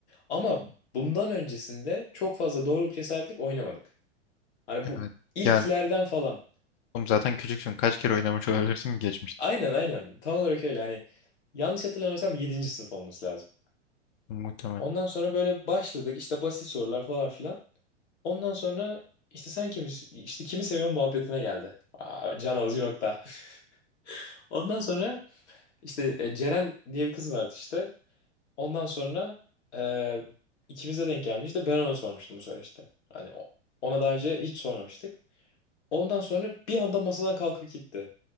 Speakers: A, on the left (about 70°); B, on the left (about 40°).
A: Ama bundan öncesinde çok fazla doğruluk cesaretlik oynamadık. Hani bu
B: evet.
A: ilklerden
B: Yani
A: falan.
B: oğlum zaten küçüksün. Kaç kere oynamış olabilirsin ki geçmişte?
A: Aynen aynen. Tam olarak öyle. Hani yanlış hatırlamıyorsam yedinci sınıf olması lazım.
B: Muhtemelen.
A: Ondan sonra böyle başladık. işte basit sorular falan filan. Ondan sonra işte sen kimi, işte kimi seviyorsun muhabbetine geldi. Aa, can alıcı nokta. <laughs> Ondan sonra işte e, Ceren diye bir kız vardı işte. Ondan sonra eee ikimize denk gelmişti. Ben ona sormuştum bu sefer işte. Hani o- ona daha önce hiç sormamıştık. Ondan sonra bir anda masadan kalkıp gitti.